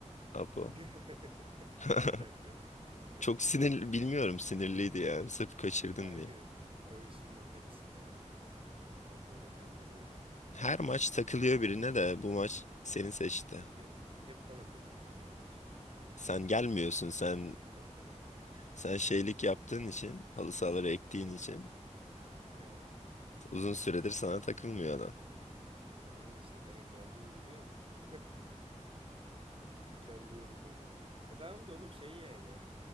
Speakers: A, on the left (about 70°); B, on the right (about 45°).
A: Apo.
B: <laughs>
A: <laughs>
B: Ne alakalı? <laughs>
A: Çok sinir bilmiyorum sinirliydi yani sırf kaçırdın
B: Kanka
A: diye.
B: o işin makarası ya. Bizim Apo ile tandem öyle.
A: Her maç takılıyor birine de bu maç seni seçti.
B: He- Hep bana takılıyor ya oğlum şey.
A: Sen gelmiyorsun
B: Bizim
A: sen
B: bizim makara o.
A: sen şeylik yaptığın için halı sahaları ektiğin
B: Neylik?
A: için
B: He.
A: uzun süredir sana takılmıyor adam.
B: Yani işte kanka geldiğim gibi <laughs> kitlendi herif ama. E tamam da oğlum şey yani.